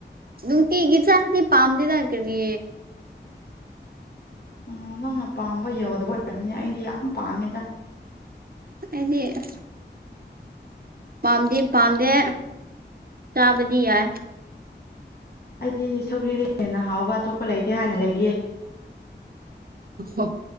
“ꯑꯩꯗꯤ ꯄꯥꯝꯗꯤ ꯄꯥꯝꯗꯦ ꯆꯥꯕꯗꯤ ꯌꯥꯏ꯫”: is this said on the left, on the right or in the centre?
Right